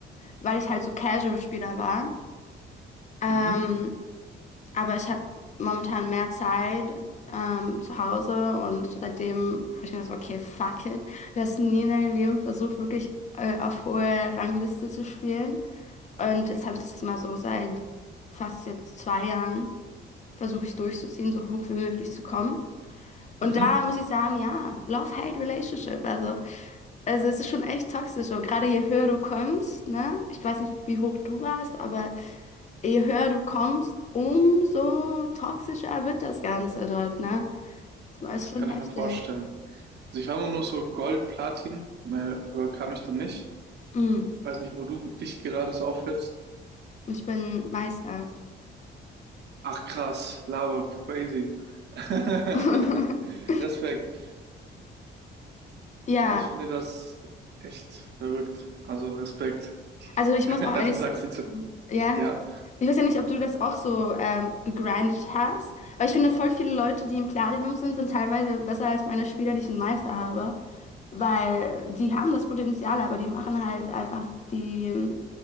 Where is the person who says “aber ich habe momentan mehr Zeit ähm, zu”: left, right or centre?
Left